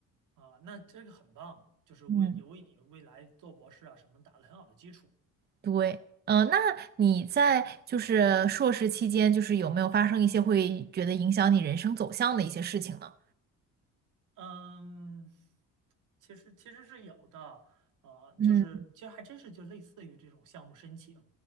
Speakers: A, on the right; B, on the right.
A: 啊，那这个很棒，就是为也为你未来做博士啊什么打了很好的基础。
B: 嗯。对，嗯、那你在就是硕士期间，就是有没有发生一些会觉得影响你人生走向的一些事情呢？
A: 嗯，其实其实是有的，呃，
B: 嗯
A: 就是其实还真是就类似于这种项目申请，